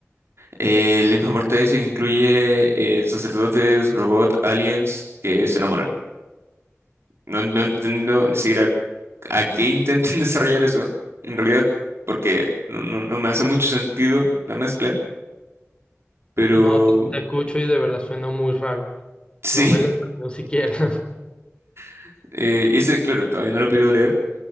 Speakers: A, on the right; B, on the left.
A: Eh, la misma portada dice que incluye eh, sacerdotes, robots, aliens que se enamoran. No, no entiendo ni siquiera a qué intentan <laughs> desarrollar eso, en realidad, porque no, no, no me hace mucho sentido la mezcla, pero
B: No, te, te escucho y de verdad suena muy raro.
A: sí,
B: No me lo imagino siquiera. <laughs>
A: <laughs> eh, ese, claro, todavía no lo he podido leer,